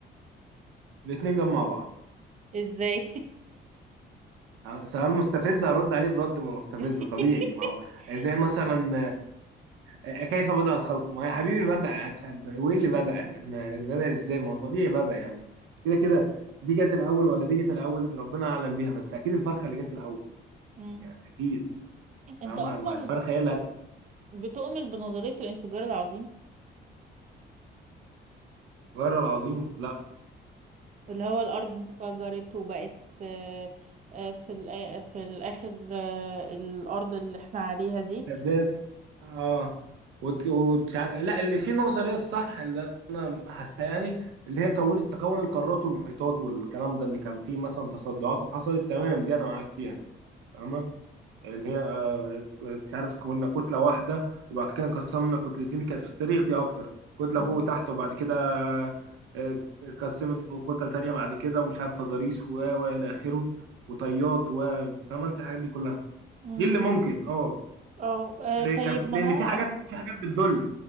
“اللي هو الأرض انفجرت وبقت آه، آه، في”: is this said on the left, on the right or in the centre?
Right